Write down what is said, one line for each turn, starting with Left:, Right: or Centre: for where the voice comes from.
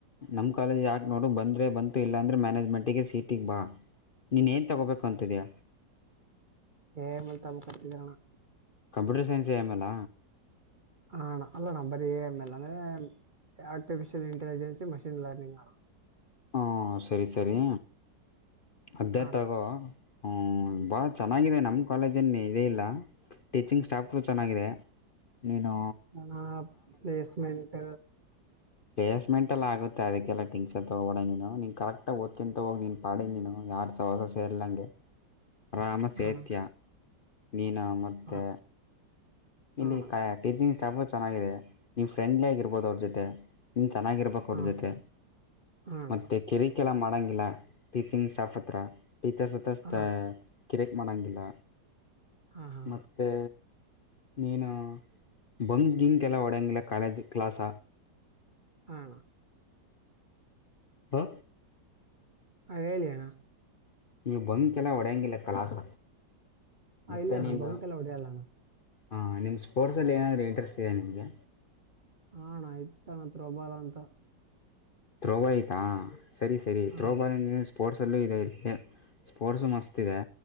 Left: ನಮ್ಮ ಕಾಲೇಜ್ ಯಾಕೆ ನೋಡು ಬಂದ್ರೆ ಬಂತು ಇಲ್ಲಾಂದ್ರೆ ಮ್ಯಾನೇಜ್ಮೆಂಟಿಗೆ ಸೀಟಿಗ ಬಾ ನೀನ ಏನ್ ತಗೋಬೇಕಂತಿದಿಯಾ?
Right: ಹೇ <unintelligible> ಕರೆದಿದ್ದಾರ ಅಣ್ಣಾ.
Left: ಕಂಪ್ಯೂಟರ್ ಸೈನ್ಸ್ ಎಮ್ಮಲ್
Right: ಹಣ ಅಲ್ಲಣ್ಣ್ ಬರಿ ಮೇಲ್ಲ ಅಂದ್ರೆ ಆರ್ಟಿಫಿಷಿಯಲ್ ಇಂಟೆಲಿಜೆನ್ಸ್ ಮಷೀನ್ ಲರ್ನಿಂಗ್
Left: ಹಾ ಸರಿ ಸರಿ ಅದೇ
Right: ಹಾ
Left: ತಗೋ ಹ ಬಾಳ ಚೆನ್ನಾಗಿದೆ ನಮ್ ಕಾಲೇಜಲ್ಲಿ ಇದೇ ಇಲ್ಲ ಟೀಚಿಂಗ್ ಸ್ಟಾಫು ಚೆನ್ನಾಗಿದೆ ನೀನು
Right: ಹ ಪ್ಲೇಸ್ಮೆಂಟ್
Left: ಪ್ಲೇಸ್ಮೆಂಟ್ ಎಲ್ಲ ಆಗುತ್ತೆ ಅದಕ್ಕೆಲ್ಲ ಟಿನ್ಸನ್ ತಗೋಬೇಡ ನೀನು ಕರೆಕ್ಟಾಗಿ ಓದ್ಕಂತಗೋಗಿ ನೀನ್ ಪಾಡಿಗ್ ನೀನು ಯಾರು <unintelligible> ಸಹಸ ಸೇರ್ಲಂಗೆ ಅರಾಮ ಸೇತ್ಯ
Right: ಅಣ್ಣ
Left: ನೀನ ಮತ್ತು ಮತ್ತೆ
Right: ಅಣ್ಣ
Left: ಇಲ್ಲಿ
Right: ಅಣ್ಣ
Left: ಕ ಟೀಚಿಂಗ್ ಸ್ಟಾಫು ಚೆನ್ನಾಗಿದೆ ನೀವು ಫ್ರೆಂಡ್ಲಿ ಆಗಿರ್ಬಹದು ಅವ್ರ ಜೊತೆ ನಿನ್ ಚೆನ್ನಾಗಿರ್ಬೆಕ್ <unintelligible>
Right: ಹಾ
Left: ಜೊತೆ
Right: ಅಣ್ಣ
Left: ಮತ್ತೆ ಕೆರಿ ಕ <unintelligible> ಮಾಡೋಂಗಿಲ್ಲ ಟೀಚಿಂಗ್ ಸ್ಟಾಫ್ ಹತ್ರ ಟೀಚರ್ಸ್ ಹತ್ರ ಸ್ಟ
Right: ಹಾ ಅಣ್ಣ ಹಾ ಅಣ್ಣ
Left: ಕಿರೆಕ್ ಮಾಡಂಗಿಲ್ಲ
Right: ಹಾ ಹಾ ಹಾ
Left: ಮತ್ತೆ ನೀನು ಬಂಕಿಂಗೆಲ್ಲ ಓಡಂಗಿಲ್ಲ ಕಾಲೇಜ್ ಕ್ಲಾಸ
Right: ಹಾ
Left: ಹಾ
Right: ಹಾ ಹೇಳಿ ಅಣ
Left: ನೀವು ಬಂಕೆಲ್ಲ ಹೊಡೆಯಂಗಿಲ್ಲ ಕಲಾಸ್
Right: ಹಾ
Left: ಮತ್ತೆ
Right: ಇಲ್ಲ ಅಣ್ಣ
Left: ನಿಂದು
Right: ಬಂಕ್ ಎಲ್ಲ ಹೊಡೆಯಲ್ಲ ಅಣ್ಣ
Left: ಹಾ ನಿಮ್ ಸ್ಪೋರ್ಟ್ಸಲ್ಲಿ ಏನಾದರು ಇಂಟ್ರೆಸ್ಟ್ ಇದೆ ನಿಮಗೆ
Right: ಹಾ ಅಣ ಇತ್ತಣ ಥ್ರೋಬಾಲ್ ಅಂತ
Left: ಥ್ರೋಬಾಲ್ ಇತ್ತ ಸರಿ ಸರಿ
Right: ಹಾ
Left: ಥ್ರೋಬಾಲ್
Right: ಅಣ್ಣ
Left: <unintelligible> ಸ್ಪೋರ್ಟ್ಸಲ್ಲೂ ಇದೆ ಇ ಸ್ಪೋರ್ಟ್ಸ್ ಮಸ್ತ್ ಇದೆ